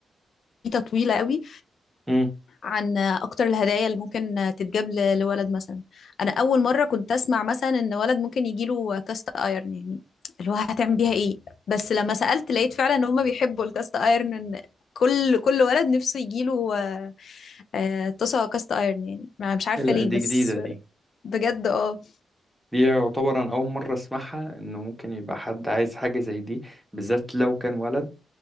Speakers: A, on the left; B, in the centre.
A: بيتا طويلة قوي
B: امم
A: عن آه، اكتر الهدايا اللي ممكن آه، تتجاب ل- لولد مثلا انا اول مرة كنت اسمع مثلا ان ولد ممكن يجيله كاست ايرن يعني اللي هو هتعمل بيها ايه بس لما سألت لقيت فعلا ان هما بيحبوا الكاست ايرن إن كل كل ولد نفسه يجيله آه، طاسة كاست ايرن يعني ما- مش عارفة
B: لا
A: ليه
B: دي
A: بس
B: جديده دي
A: بجد اه
B: دي يعتبر انا اول مره اسمعها انه ممكن يبقى حد عايز حاجه زي دي بالذات لو كان ولد